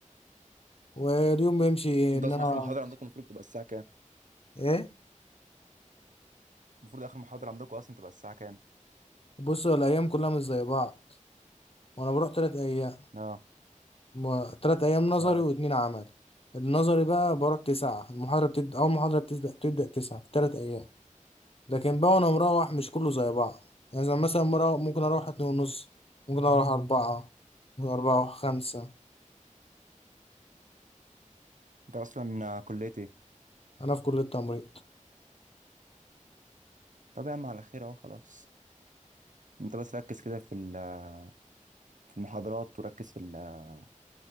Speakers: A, on the left; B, on the right.
A: واليوم بيمشي إيه؟
B: انت
A: إن
B: اصلا
A: أنا
B: اخر محاضره عندكم المفروض تبقى الساعه كام
A: إيه
B: المفروض اخر محاضره عندكم اصلا تبقى الساعه كام
A: بص هو الأيام كلها مش زي بعض وأنا بروح تلات أيام
B: اه
A: م- تلات أيام نظري
B: اه
A: واتنين عملي النظري بقى بروح تسعة المحاضرة بتبدأ أول محاضرة بتبدأ تبدأ تسعة في تلات أيام لكن بقى وأنا مروح مش كله زي بعض يعني زي مثلا مرة ممكن أروح اتنين ونص ممكن أروح أربعة ممكن أروح خمسة
B: انت اصلا آه، كليه ايه
A: أنا في كلية تمريض
B: طب يا عم على خير اهو خلاص انت بس ركز كده في ال- في المحاضرات وركز في ال-